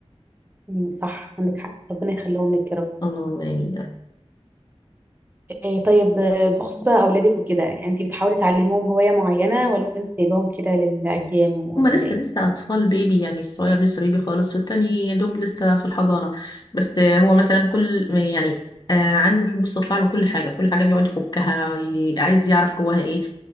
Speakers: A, on the right (about 15°); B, on the left (about 40°).
A: مم، صح عندك حق ربنا يخليهم لك يا رب
B: اللهم آمين
A: إيه طيب آه، بخصوص بقى اولادك وكده يعني انت بتحاولي تعلميهم هوايه معينه ولا انت سايباهم كده للايام ولا
B: هما لسه
A: ايه
B: لسه أطفال بيبي يعني الصغير لسه بيبي خالص والتاني يا دوب لسه في الحضانة بس هو مثلا كل يعني آه، عنده حب استطلاع لكل حاجة كل حاجة بيقعد يفكها ي- عايز يعرف جواها ايه